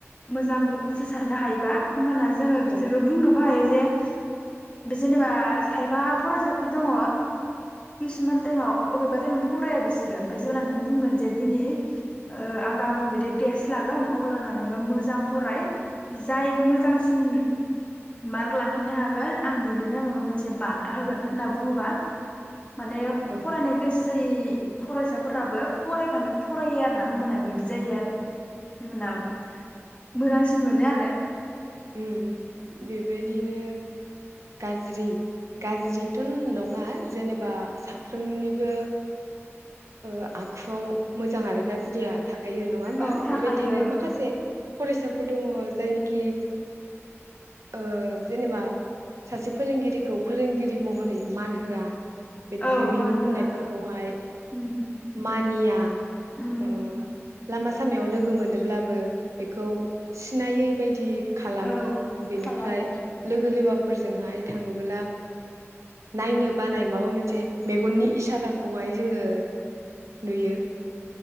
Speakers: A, on the left; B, on the right.
A: मोजां उथ्रिसारनो हायोबा होमबाना जोङो बिसोरखो
B: ओं
A: बुंनोबो हायो । जे जेनेबा खायफा फरायसाफोर दङ किसुमान टाइमाव अबेबा टाइमाव फराया बिस ओमफ्राय जेब्ल नों बुंगोन जे दिनै ओ आं गाबोन बायदि टेस्ट लागोन अब्लाना नोङो मोजां फराय जाय मोजांसिन मार्क लाखिनो हागोन आं बिनोनो माबा मोनसे बान्था होगोन होनना बुङोबा। माने
B: औ
A: फरायनो गोसो जायि फरायसाफोराबो फरायफा फरायो आरोना होमबाना बिदि जायो आरो । <unintelligible>
B: ओं
A: मोजांसिन मोनो आरो
B: उम बेबायदिनो गाज्रि गाज्रिथ' नङा जेने बा साफ्रोमनिबो ओ आखुआव मोजां आरो गा गाज्रिया थाखायो नङा होमबा
A: औ थाखायो
B: बेबायदिनो माखासे फरायसाफोर दङ जायनिखि ओ जेनेबा सासे फोरोंगिरिखौ फोरोंगिरि महरै मान होआ। बेनिफ्राय
A: औ
B: बिनि
A: मान
B: बुंनायफोरखौहाय
A: होआ उम
B: मानिया
A: उम
B: ओ लामा सामायाव लोगो मोनोब्लाबो बेखौ सिनायै बायदि। खालामो
A: औ
B: बेनिफ्राय
A: खालामो
B: लोगो लेवा फोरजोंहाय थाङोब्ला नायनो ओ बानायनाय माबा मोनसे मेगननि इसाराखौहाय जोङो नुयो।